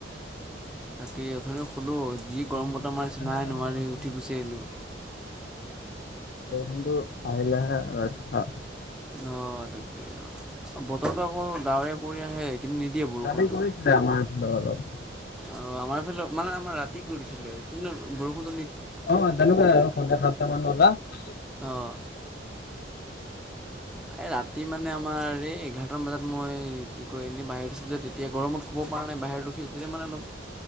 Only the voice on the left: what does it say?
বৰষুণটো
দিলেহে
অলপ
বাচা
বৰষুণ টো আহিলেহে ৰক্ষা।
কালি কৰিছিলে আমাৰফালে অলপ
অ তেনেকুৱা আৰু চাৰে সাতটা মান বজাত